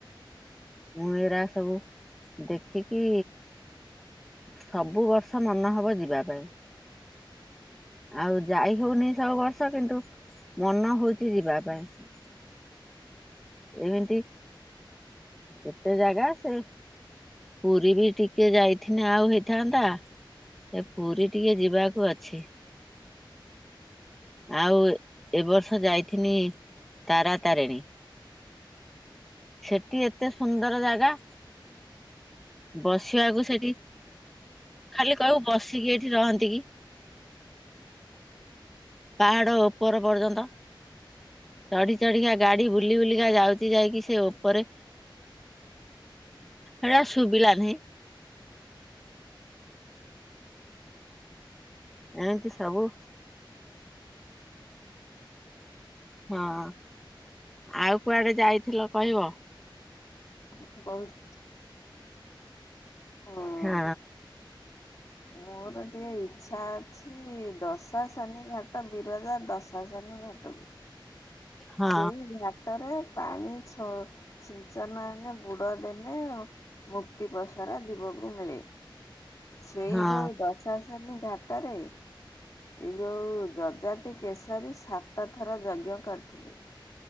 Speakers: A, in the centre; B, on the left.
A: ମୁଁ ଏଇରା ସବୁ ଦେଖିକି ସବୁ ବର୍ଷ ମନ ହବ ଯିବା ପାଇଁ। ଆଉ ଯାଇ ହଉନି ସବୁ ବର୍ଷ କିନ୍ତୁ ମନ ହଉଚି ଯିବା ପାଇଁ ଏମିତି କେତେ ଜାଗା ସେ ପୁରୀ ବି ଟିକେ ଯାଇଥିନେ ଆଉ ହେଇଥାନ୍ତା। ଏ ପୁରୀ ଟିକେ ଯିବାକୁ ଅଛି। ଆଉ ଏ ବର୍ଷ ଯାଇଥିନି ତାରା ତାରିଣୀ। ସେଠି ଏତେ ସୁନ୍ଦର ଜାଗା। ବସିବାକୁ ସେଠି ଖାଲି କହିବୁ ବସିକି ଏଇଠି ରହନ୍ତି କି। ପାହାଡ ଓପର ପର୍ଯ୍ୟନ୍ତ। ଚଢି ଚଢିକା ଗାଡି ବୁଲି ବୁଲିକା ଯାଉଚି ଯାଇକି ସେ ଉପରେ ହେଟା ଶୁଭିଲାନେହିଁ। ଏମତି ସବୁ ହଁ, ଆଉ କୁଆଡେ ଯାଇଥିଲ କହିବ?
B: ହଁ କହୁଚି ମୁଁ-
A: ହଁ।
B: ମୋର ଟିକେ ଇଚ୍ଛା ଅଛି କି ଦଶା ଶନି ଘାଟ ବିରଜା ଦଶା ଶନି ଘାଟ କୁ
A: ହଁ
B: ସେଇ ଘାଟରେ ପାଣିଛ ଛିଞ୍ଚନ ହେନେ ବୁଡ ଦେନେ ଏ ମୁକ୍ତି ପସରା ଜୀବକୁ ମିଳେ ସେଇ
A: ହଁ
B: ଯୋଉ ଦଶ ଦଶା ସନୀ ଘାଟରେ ଏଇ ଯୋଉ ଯଜାତି କେଶରୀ ସାତ ଥର ଯଜ୍ଞ କରି ଥିଲେ